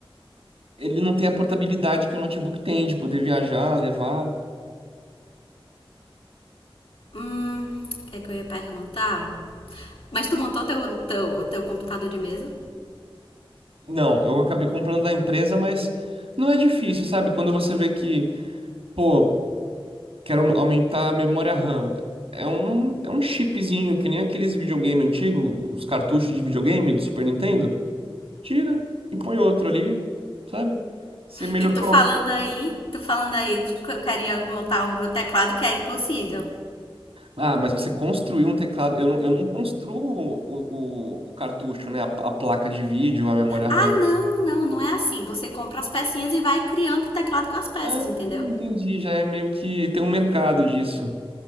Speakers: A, on the right; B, on the left.
A: ele não tem a portabilidade que o notebook tem de poder viajar, levar.
B: Hum, o que é que eu ia perguntar? Mas tu montou teu, teu, o teu computador de mesa.
A: Não, eu acabei comprando da empresa, mas não é difícil, sabe? Quando você vê que, pô, quero aumentar a memória RAM. É um, é um chipzinho, que nem aqueles videogame antigo, os cartuchos de videogame do Super Nintendo. Tira e põe outro ali, sabe? Você melhor,
B: E tu
A: pronto.
B: falando aí, tu falando aí de que eu queria montar o meu teclado, que é impossível.
A: Ah, mas você construiu um teclado. Eu não, eu não construo o, o, o cartucho, né? A, a placa de vídeo, a memória RAM.
B: Ah, não, não, não é assim. Você compra as pecinhas e vai criando o teclado com as peças,
A: Ah,
B: entendeu?
A: entendi. Já é meio que tem um mercado disso.